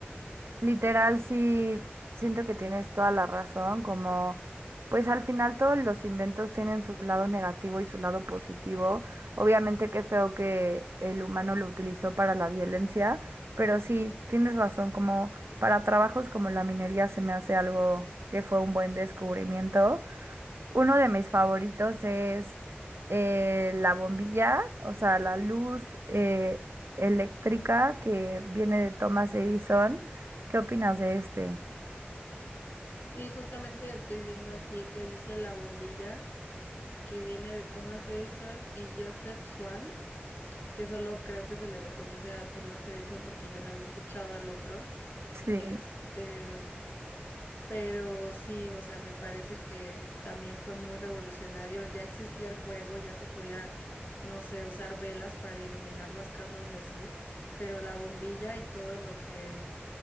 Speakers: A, on the right (about 80°); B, on the left (about 60°).
A: Literal, sí, siento que tienes toda la razón, como pues al final todos los inventos tienen su lado negativo y su lado positivo. Obviamente qué feo que el humano lo utilizó para la violencia, pero sí, tienes razón, como para trabajos como la minería se me hace algo que fue un buen descubrimiento uno de mis favoritos es eh, la bombilla, o sea, la luz eh, eléctrica que viene de Thomas Edison. ¿Qué opinas de este?
B: Sí, justamente estoy viendo aquí que dice la bombilla que viene de Thomas Edison y Joseph Swan, que solo creo que se le reconoce a Thomas Edison porque yo no había escuchado al otro.
A: Sí,
B: Este, Pero sí, o sea, me parece que también fue muy revolucionario. Ya existía el fuego, ya se podía, no sé, usar velas para iluminar las casas y así, pero la bombilla y todo lo que